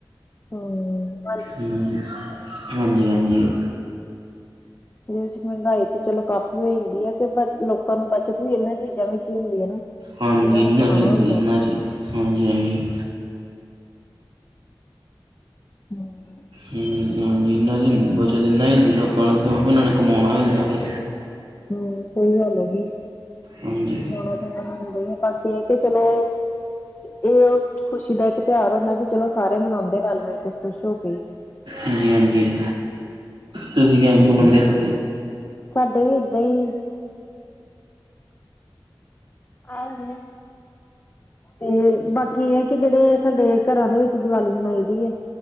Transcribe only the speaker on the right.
ਹੂੰ‌‌ ਹਾਂਜੀ, ਹਾਂਜੀ।
ਹਾਂਜੀ
ਇੰਨਾ
ਚ, ‌
ਇੰਨਾ ਚ ਹਾਂਜੀ, ਹਾਂਜੀ।
ਹੂੰ ਹਾਂਜੀ, ਇਨਾਂ ਦੀ ਹੁੰਦੀ ਬੱਚਤ ਇੰਨਾ ਈ ਹੁੰਦੀ ਲੋਕਾਂ ਨੂੰ ਕਯੋਂਕਿ ਓਨਾਂ ਨੇ ਕਮੋਣਾ ਵੀ ਹੁੰਦਾ ਫੇਰ
ਹਾਂਜੀ
ਹਾਂਜੀ, ਹਾਂਜੀ ਤੁਸੀ ਕੈਂਜ ਮਨੋਦੇ ਪੇ